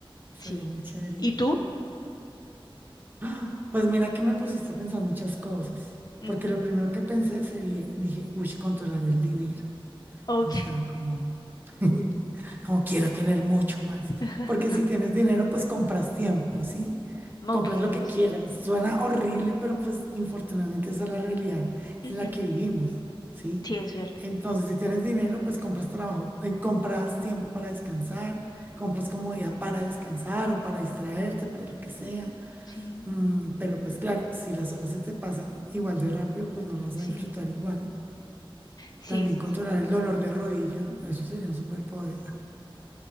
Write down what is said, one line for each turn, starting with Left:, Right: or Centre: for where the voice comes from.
Right: estaría
Left: Sí.
Right: muy chévere.
Left: ¿Y tú?
Right: ¡Ah! Pues mira que me pusiste a pensar muchas cosas,
Left: Mm,
Right: porque lo primero que pensé se vi, dije, uy, controlar el dinero,
Left: ok.
Right: o sea, como, <laughs> como quiero tener mucho más,
Left: <laughs>
Right: porque si tienes dinero, pues compras tiempo, ¿sí? Compras
Left: Ok,
Right: lo que
Left: sí.
Right: quieras, suena horrible, pero pues infortunadamente esa es la realidad
Left: Ujú.
Right: en la que vivimos, ¿sí?
Left: Sí, es cierto.
Right: Entonces, si tienes dinero, pues compras trabajo, eh, compras tiempo para descansar, compras comodidad para descansar o para distraerte, para lo que sea.
Left: Sí,
Right: Mm, pero pues claro, si las horas se te pasan igual de rápido, pues no las vas
Left: sí.
Right: a disfrutar igual.
Left: Sí,
Right: También
Left: sí,
Right: controlar
Left: sí.
Right: el dolor de rodilla, eso sería un superpoder.